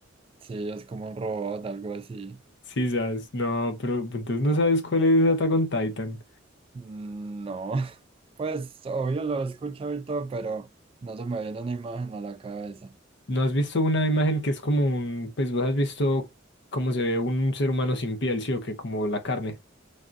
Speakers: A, on the right (about 30°); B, on the left (about 60°).
A: Sí, es como un robot, algo así.
B: Sí, sabes, no, pero entonces no sabes cuál es Attack on Titan.
A: Mm, No. Pues obvio lo he escuchado y todo, pero no se me viene una imagen a la cabeza.
B: ¿No has visto una imagen que es como un, pues vos has visto cómo se ve un ser humano sin piel, sí o qué, como la carne,